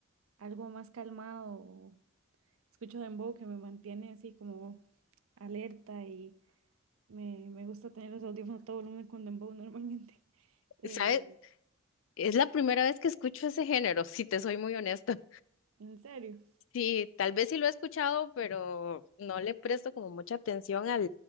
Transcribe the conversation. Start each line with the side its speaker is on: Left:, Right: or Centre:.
Right: algo más calmado Escucho dembow que me mantiene así como alerta y me, me gusta tener los audífonos a todo volumen con dembow <laughs> normalmente. Eh,
Left: ¿Sabes? Es la primera vez que escucho ese género, <laughs> si te soy muy honesta.
Right: en serio.
Left: Sí, tal vez sí lo he escuchado, pero no le presto como mucha atención